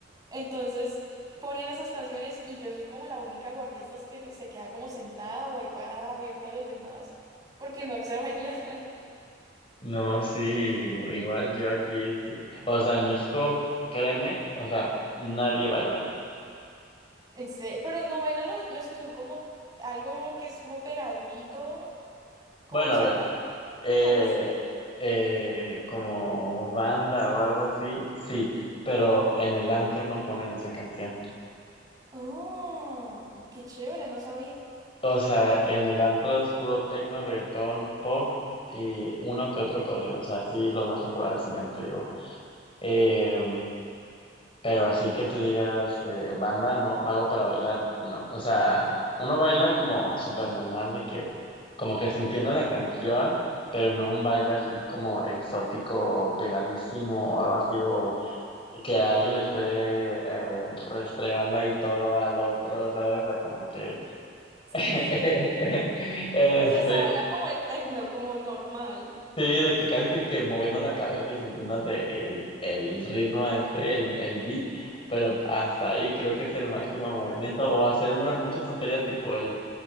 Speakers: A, on the right; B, on the left.
A: Entonces, ponen esas canciones y yo soy como la única guafiestas que me- se queda como sentada o ahí parada viendo a los demás, porque no sé <laughs> bailar.
B: No, sí, igual yo aquí, sí. O sea, en México, créeme, o sea, nadie baila.
A: Este, pero no bailan los, los que son como algo que es como pegadito, como
B: Bueno,
A: los
B: a
A: saltados,
B: ver, eh,
A: algo así.
B: eh, como banda o algo así, sí, pero en el antro no ponen esa canción.
A: Oh, qué chévere, no sabía.
B: O sea, en el antro es puro tecno, reggaetón, pop y uno que otro corrido. O sea, sí, los más populares también te digo. Em, Pero así que tú digas, eh, banda, no, vago para bailar, no. O sea, uno baila como súper normal, de que, como que sintiendo la canción, pero no un baile así como exótico, o pegadísimo o algo así, o que a alguien le esté eh, restregando ahí todo al otro, ¿sabes? O sea, como que,
A: Sí,
B: <laughs>
A: sí, entiendo.
B: este,
A: O sea, se baila como el tecno, como normal.
B: Sí, de que casi que, que moviendo la cabeza y sintiendo el, el ritmo este, el, el beat, pero hasta ahí creo que es el máximo movimiento, o hacer mu- muchas tonterías tipo el,